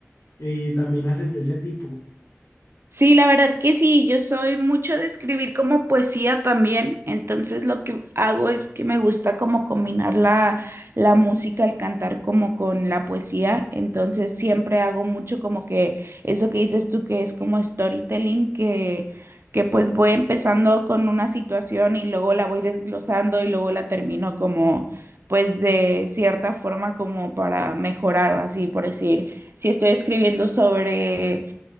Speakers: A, on the left (about 80°); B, on the right (about 55°).
A: eh, también haces de ese tipo.
B: Sí, la verdad que sí, yo soy mucho de escribir como poesía también, entonces lo que hago es que me gusta como combinar la, la música, el cantar como con la poesía, entonces siempre hago mucho como que eso que dices tú que es como storytelling, que, que pues voy empezando con una situación y luego la voy desglosando y luego la termino como pues de cierta forma como para mejorar, así por decir, si estoy escribiendo sobre